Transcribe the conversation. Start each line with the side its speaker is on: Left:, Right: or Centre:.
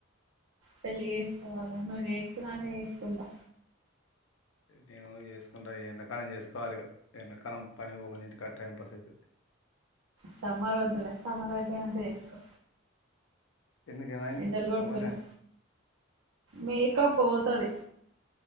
Right: పెళ్లి చేస్తకోవాలా నువ్వు చేసుకోమంటే చేస్తుంటా.
Left: నేను చేసుకుంటా ఈ ఎండాకాలం చేసుకోవాలిగా ఇగా ఎండాకాలం పని పోకుంటే ఇంటికాడ టైం పాస్ అయితది
Right: సమ్మర్ వద్దులే సమ్మర్ అయిపోయినాక చేసుకో
Left: ఎందుకేమైంది
Right: ఎండలు కొడుతున్నాయి
Left: సమరా
Right: మేకప్ పోతాది